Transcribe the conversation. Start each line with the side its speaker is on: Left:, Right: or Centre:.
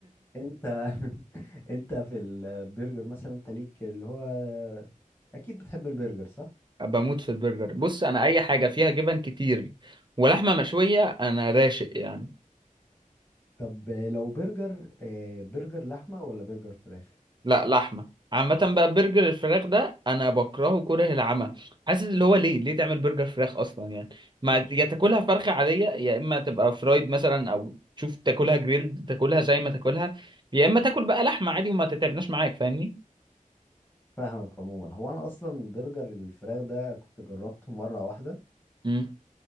Left: انت <laughs> انت في البرجر مثلا انت ليك اللي هو اكيد بتحب البرجر صح
Right: بموت في البرجر بص انا اي حاجه فيها جبن كتير ولحمه مشويه انا راشق يعني
Left: طب لو برجر آه، برجر لحمة ولا برجر فراخ
Right: لا لحمه عامه بقى برجر الفراخ ده انا بكرهه كره العمى حاسس اللي هو ليه ليه تعمل برجر فراخ اصلا يعني ما يا تاكلها فرخه عاديه يا اما تبقى فرايد مثلا او تشوف تاكلها جريلد تاكلها زي ما تاكلها يا اما تاكل بقى لحمه عادي وما تتعبناش معاك فاهمني
Left: فاهمك عموما هو انا اصلا برجر الفراخ ده كنت جربته مره واحده
Right: مم.